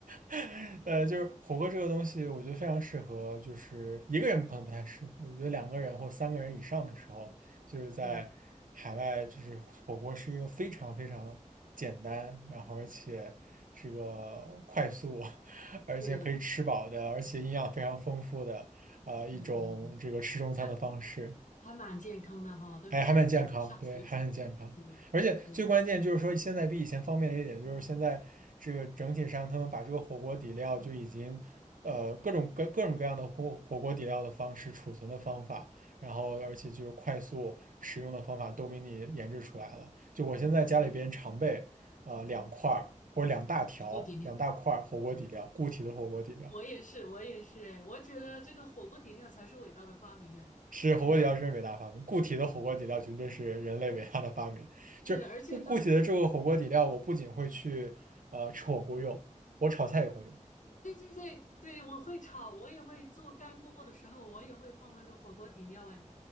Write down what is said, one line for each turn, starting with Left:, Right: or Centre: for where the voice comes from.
Right: <laughs> 呃就是火锅这个东西，我觉得非常适合，就是一个人可能不太适合，我觉得两个人或三个人以上的时候，就是在海外，
Left: 对
Right: 就是火锅是一个非常非常简单，然后而且这个快速，<laughs> 而且可以吃饱的，
Left: 对
Right: 而且营养非常丰富的。呃，一种这个吃中餐的方式，
Left: 对对对，还还蛮健康的哈，都是煮下水煮。
Right: 还还蛮健康，对，还很健康。
Left: 对对，
Right: 而且最关键就是说，现在比以前方便的一点就是现在这个整体上，他们把这个火锅底料就已经呃各种各各种各样的火火锅底料的方式、储存的方法，然后而且就是快速使用的方法都给你研制出来了。就我现在家里边常备呃两块儿或者两大条、
Left: 火锅底料，
Right: 两大块儿火锅底料，固体的火锅底料。
Left: 我也是，我也是，哎，我觉得这个火锅底料才是伟大的发明，哎，
Right: 是火锅底料真是伟大发明，
Left: 真的。
Right: 固体的火锅底料绝对是人类伟大的发明。就是固固体的这个火锅底料，
Left: 对，而且它，
Right: 我不仅会去呃吃火锅用，我炒菜也会用。
Left: 对对对对，我会炒，我也会做干锅的时候，我也会放那个火锅底料，哎。